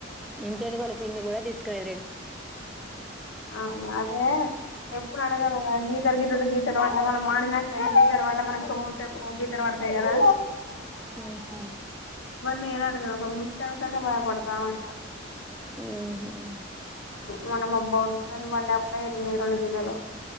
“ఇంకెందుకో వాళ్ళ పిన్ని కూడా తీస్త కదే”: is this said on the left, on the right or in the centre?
Centre